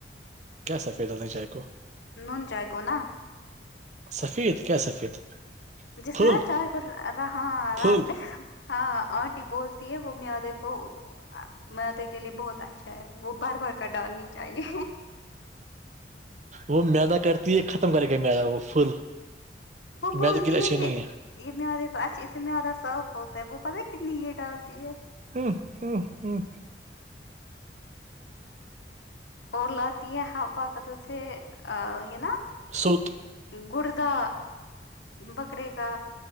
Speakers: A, on the right; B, on the left.
A: کیا سفیددیں چائے کو
B: نون جائے گو نا
A: سفید کیا سفید
B: جسے
A: پھل
B: چائےے کو رہاں رگ
A: پھل
B: دیکھا ہاں آنٹی بولتی ہے وہ میادے کو مدے کے لیے بہت اچھا اچھا ہے وہ بار بار کا ڈالنی چاہیے
A: وہ میدا کرتی ہے ختم کرے گا میدا وہ پھل
B: وہ بولتی
A: میدا کے لیے اچھی
B: ہے
A: نہیں
B: یہ <unintelligible> یہ میارے کو اچھاے میارا ساف ہوتا ہے وہ پتہ کتنی یہ ڈالتی ہے
A: ہ ہ <inaudible> ہوں <inaudible>
B: اور لاتتی ہے ہ با قتل سے یہ نا
A: ست <inaudible>
B: گردہ بکرے کا